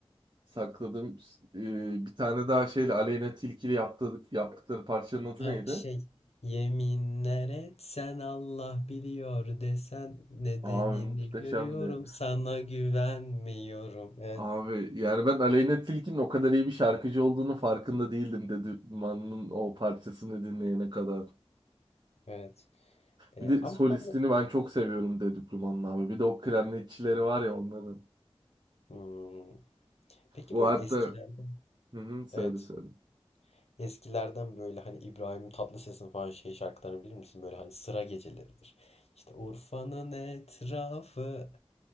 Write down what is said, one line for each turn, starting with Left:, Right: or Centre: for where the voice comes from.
Right: sakladım. Ee, bir tane daha şeyle Aleyna Tilki'yle yaptık, yaptıkları parçanın adı
Left: Ha
Right: neydi?
Left: şey yeminler etsen Allah biliyor desen nedenini
Right: Abi muhteşemdi
Left: görüyorum
Right: ya.
Left: sana güvenmiyorum. Evet
Right: Abi yani ben Aleyna Tilki'nin o kadar iyi bir şarkıcı olduğunu farkında değildim Dedüplüman'ın o parçasını dinleyene kadar.
Left: evet Ee,
Right: Bir de
Left: ama
Right: solistini
Left: ben bö-
Right: ben çok seviyorum Dedüplüman'ın abi. Bir de o klarnetçileri var ya onların.
Left: Hmm. Peki
Right: Bu
Left: böyle
Right: hatta
Left: eskilerden
Right: hı hı, söyle
Left: evet
Right: söyle.
Left: eskilerden böyle hani İbrahim Tatlıses'in falan şey şarkılarını bilir misin? Böyle hani sıra geceleridir. İşte Urfa'nın etrafı